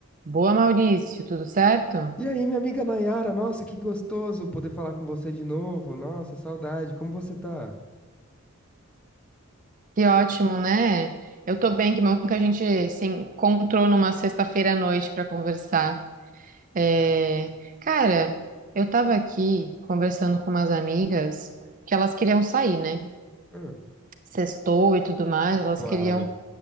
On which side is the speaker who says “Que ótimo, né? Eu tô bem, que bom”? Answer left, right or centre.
Right